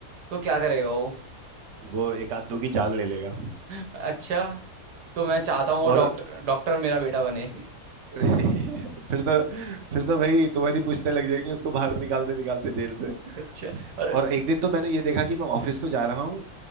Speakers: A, on the right (about 85°); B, on the right (about 50°).
A: तो क्या करेगा वो
B: वो एक आध दो की जान ले लेगा
A: <laughs> अच्छा तो मैं चाहता हूँ वो
B: और
A: डॉक्टर डॉक्टर मेरा बेटा बने <laughs>
B: <laughs> फिर तो फिर तो भाई तुम्हारी पूछते लग जाएंगे उसको बाहर निकालते निकालते जेल से
A: अच्छा और
B: और एक दिन तो मैंने ये देखा कि मैं ऑफिस को जा रहा हूँ